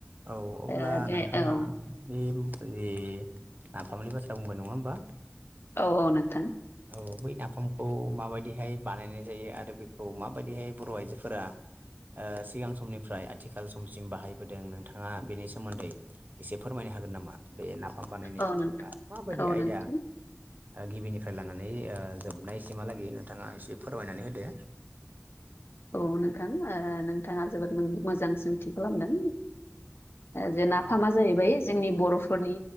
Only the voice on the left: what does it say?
ओ बे
औ
औ औ नोंथां
औ नोंथां
औ
नोंथां
औ नोंथां नोंथाङा जोबोद मोजां सोंथि खालामदों जे
नाफामा जाहैबाय जोंनि बर' फोरनि